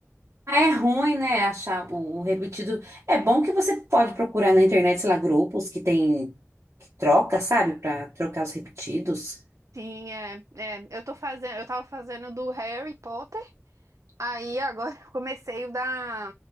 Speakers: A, on the right (about 55°); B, on the right (about 80°).
A: Ah, é ruim, né? Achar o, o repetido. É bom que você pode procurar na internet, sei lá, grupos que tem que troca, sabe? Pra trocar os repetidos.
B: Sim, é, é, eu tô fazendo, eu tava fazendo do Harry Potter, aí agora <laughs> eu comecei o da,